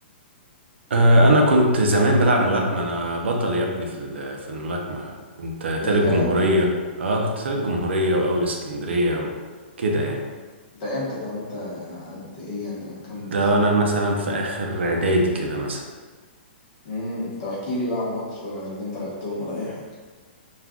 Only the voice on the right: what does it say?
آه انا كنت زمان بلعب ملاكمة انا بطل يا ابني في ال- في الملاكمة كنت
تالت
جمهورية اه كنت تالت جمهورية واول اسكندرية وكده يعني
ده
وانا مثلا في اخر اعدادي كده مثلا